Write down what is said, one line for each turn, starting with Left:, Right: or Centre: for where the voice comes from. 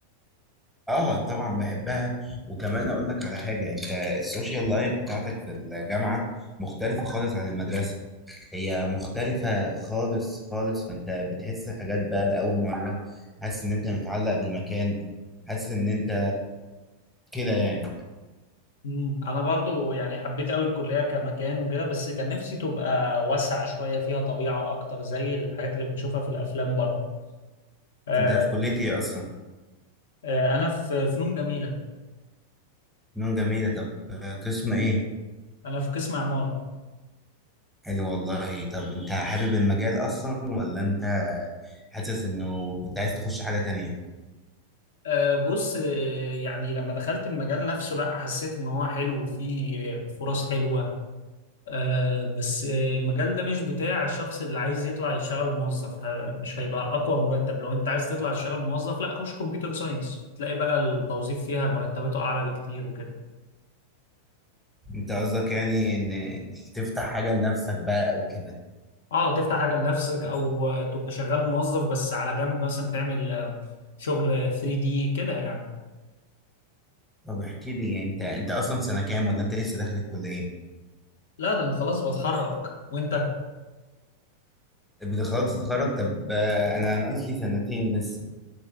Centre: اه طبعا بحبها وكمان اقول لك على حاجة انت السوشيال لايف بتاعتك في الجامعة مختلفة خالص عن المدرسة هي مختلفة خالص خالص فانت بتحس حاجات بقى لأول مرة حاسس ان انت متعلق بالمكان حاسس ان انت كده يعني
Left: امم انا برضو يعني حبيت قوي الكليه كمكان وكده بس كان نفسي تبقى واسعه شويه فيها طبيعه اكتر زي الحاجات اللي بنشوفها في الافلام بره آه،
Centre: انت في كلية ايه اصلا؟
Left: آه، انا في فنون جميله
Centre: فنون جميلة طب قسم ايه؟
Left: انا في قسم عماره
Centre: حلو والله طب انت حابب المجال اصلا ولا انت حاسس انه كنت عايز تخش حاجة تانية؟
Left: آه، بص آه، يعني لما دخلت المجال نفسه لا حسيت ان هو حلو وفيه فرص حلوه آه، بس آه، المجال ده مش بتاع الشخص اللي عايز يطلع يشتغل موظف ه- مش هيبقى اقوى مرتب لو انت عايز تطلع تشتغل موظف لا خش كمبيوتر ساينس تلاقي بقى التوظيف فيها مرتباته اعلى بكتير وكده
Centre: انت قصدك يعني ان تفتح حاجة لنفسك بقى او كده
Left: اه تفتح حاجه لنفسك او آه، تبقى شغال موظف بس على جنب مثلا بتعمل آه، شغل 3 دي كده يعني
Centre: طب احكي لي انت انت اصلا في سنة كام ولا انت لسه داخل الكلية؟
Left: لا ده انا خلاص بتخرج وانت
Centre: بتخلص تتخرج طب آه، انا ناقص لي سنتين لسه